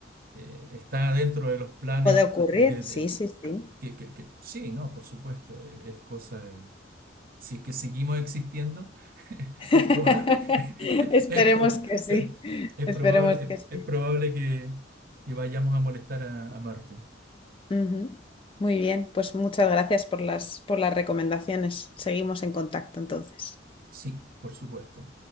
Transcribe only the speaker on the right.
eh, está dentro de los planes
de,
de-
que, que- que- sí, no, por supuesto, eh, es cosa de si es que seguimos existiendo, <laughs>
es probable, <laughs>
es, pro-
es- es
probable, es,
es probable que, que vayamos a molestar a, a Marte.
Sí, por supuesto.